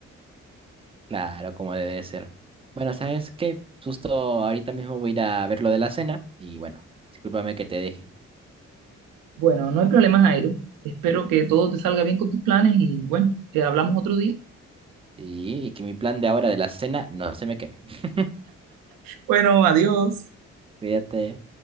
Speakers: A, on the right; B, on the right.
A: Claro, como debe ser. Bueno, ¿sabes qué? Justo ahorita mismo voy a ir a ver lo de la cena y bueno, discúlpame que te deje.
B: bueno, no hay problema, Jairo. Espero que todo te salga bien con tus planes y, bueno, que hablamos otro día.
A: Y, y que mi plan de ahora de la cena no se me queme. <laughs>
B: Bueno, adiós.
A: Cuídate.